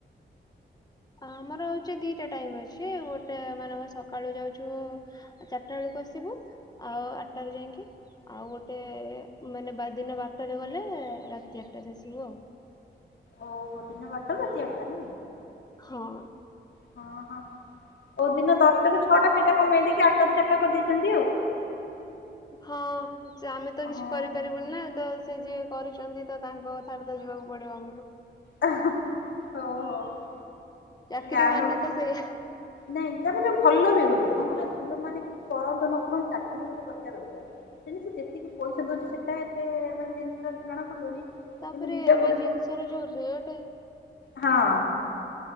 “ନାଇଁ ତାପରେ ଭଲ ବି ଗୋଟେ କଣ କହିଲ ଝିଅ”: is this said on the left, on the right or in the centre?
Left